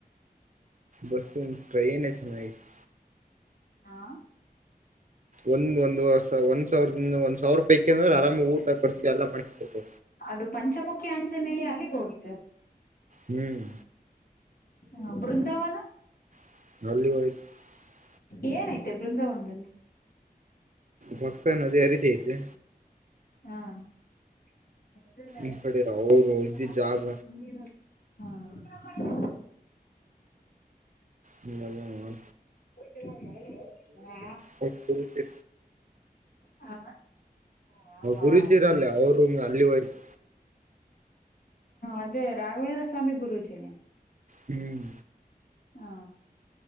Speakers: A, on the right (about 50°); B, on the left (about 65°).
A: ಬಸ್ಗಿನ ಟ್ರೈನೆ ಚನಾಗಿತ್ತು.
B: ಹಾ.
A: ಒಂದ್ ಒಂದು
B: ಹಾಕಿದ್ದಾಳೆ
A: ಒಂದ್ ಸಾವಿರದಿಂದ ಒಂದ ಸಾವಾರುಪಾಯ್ ಇಕೆಂದ್ರ
B: ಆದ್ರೆ
A: ಅಂದ್ರ
B: ಇದು
A: ಆರಾಮಗ್ ಊಟ
B: ಇನ್ನೇನು
A: ಖರ್ಚು ಎಲ್ಲ ಮಾಡ್
B: ಅದು ಪಂಚಮುಖಿ ಆಂಜನೇಯ ಅಲ್ಲಿಗ್ ಹೋಗಿದ್ರ.
A: ಹ್ಮ್.
B: ಹ ಬೃಂದಾವನ.
A: <unintelligible>
B: ಏನೈತೆ ಬೃಂದಾವನದಲ್ಲಿ.
A: ಪಕ್ದಗ್ ನದಿ ಹರಿತೈತಿ.
B: ಹಾ. ಹಾ
A: ಈ ಕಡೆ ಅವರು ಇದ್ದಿದ್ದ ಜಾಗ
B: ಹಾ. <inaudible>
A: ಹ.
B: <unintelligible>
A: ಅವ್ರ ಗುರೂಜಿ
B: ಹಾ
A: ಗುರುಜಿರ
B: ಹಾ
A: ಅಲ್ಲ ಅವರುೂಮ್ ಅಲ್ಲಿ ಹೋಯ್ತು
B: ಅದೇ ರಾಘವೇಂದ್ರ ಸ್ವಾಮಿ ಗುರುಜಿನೆ
A: ಹ್ಮ್
B: ಹಾ